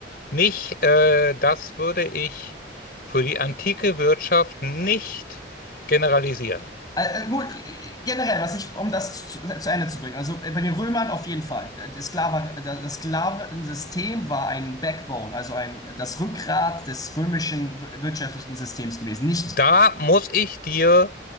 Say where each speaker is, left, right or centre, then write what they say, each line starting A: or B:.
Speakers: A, on the left; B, on the left.
A: Nicht, äh, das würde ich für die antike Wirtschaft nicht generalisieren.
B: Äh, äh, gut, äh, generell, was ich, um das zu, zu zu Ende zu bringen, also äh, bei den Römern auf jeden Fall. Der- der Sklave, äh, das Sklavensystem war ein Backbone, also ein, das Rückgrat des römischen wir- wirtschaftlichen Systems gewesen. Nicht
A: Da muss ich dir